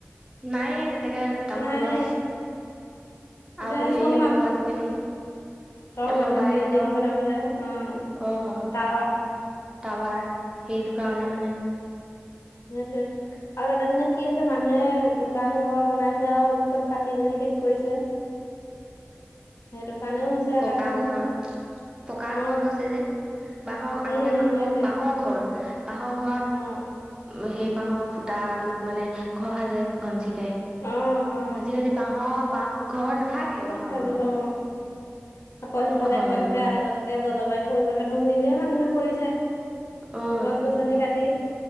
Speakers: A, on the right; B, on the left.
A: নাইয়ে তেনেকে তামোল
B: নাই
A: গছ,
B: এতিয়া
A: আৰু হেৰি
B: চব
A: আকৌ
B: মান
A: আজিকালি
B: ঘৰৰ মানুহে
A: মোবাইলৰ,
B: বিল্ডিং বনাবলে অ
A: অহ।
B: টাৱাৰ
A: টাৱাৰ, সেইটো কাৰণে মানে।
B: মতে <unintelligible> আৰু তাতে মানে কি হৈছে, মানুহে দোকান ঘৰ বনাইছে আৰু সেইবোৰ চব কাটি মেলি শেষ কৰিছে সেইটো কাৰণেও হৈছে। এটা
A: টকা
B: কাৰণ
A: ঘৰ পকা
B: অ
A: ঘৰ হৈছে যে বাঁহৰ
B: উম
A: আগতে মানুহক
B: সেইটোৱে
A: বাঁহৰ ঘৰ বাঁহৰ ঘৰত
B: অ।
A: সেই পাহাৰৰ ফুটাটোত মানে ঘৰ সাজে ঘনচি কে
B: অ অ
A: আজিকালি বাঁহৰ বাঁহ ঘৰ নাথাকেই
B: ক'ত
A: বাঁহৰ
B: সাজিব
A: ঘৰ।
B: অ আকৌ
A: ক'ত
B: সিফালে
A: ঘৰ
B: কৈ
A: সাজিব
B: থাকে আগতকে জলবায়ু পৰিৱৰ্তন <unintelligible> নিজে মানুহে কৰিছে।
A: অঁ
B: গছ-গছনি কাতি।